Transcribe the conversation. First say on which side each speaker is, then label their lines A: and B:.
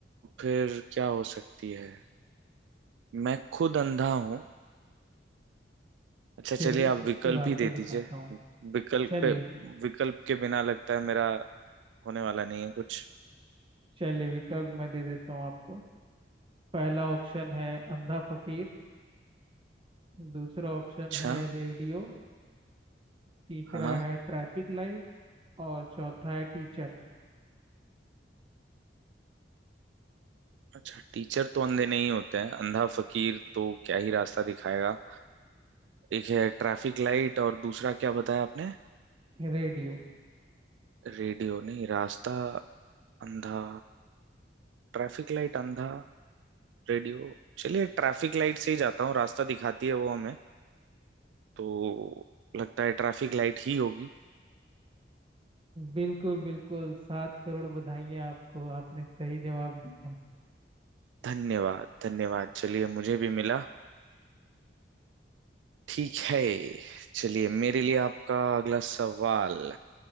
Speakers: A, on the right; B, on the right.
A: फिर क्या हो सकती है मैं खुद अंधा हूँ अच्छा चलिए
B: फिर भी
A: आप
B: सबको
A: विकल्प
B: रास्ता
A: ही दे
B: दिखाता
A: दीजिए
B: हूँ
A: विकल्प
B: चलिए
A: पे विकल्प के बिना लगता है मेरा होने वाला नहीं है कुछ
B: चलिए विकल्प मैं दे देता हूँ आपको पहला ऑप्शन है अंधा फकीर दूसरा ऑप्शन
A: अच्छा
B: है रेडियो तीसरा
A: हाँ
B: है ट्रैफिक लाइट और चौथा है टीचर
A: अच्छा टीचर तो अंधे नहीं होते हैं अंधा फकीर तो क्या ही रास्ता दिखाएगा एक है ट्रैफिक लाइट और दूसरा क्या बताया आपने
B: रेडियो
A: रेडियो नहीं रास्ता अंधा ट्रैफिक लाइट अंधा रेडियो चलिए ट्रैफिक लाइट से ही जाता हूँ रास्ता दिखाती है वो हमें तो लगता है ट्रैफिक लाइट ही होगी
B: बिल्कुल बिल्कुल सात करोड़ बधाइयाँ आपको आपने सही जवाब दिया
A: धन्यवाद धन्यवाद चलिए मुझे भी मिला ठीक है चलिए मेरे लिए आपका अगला सवाल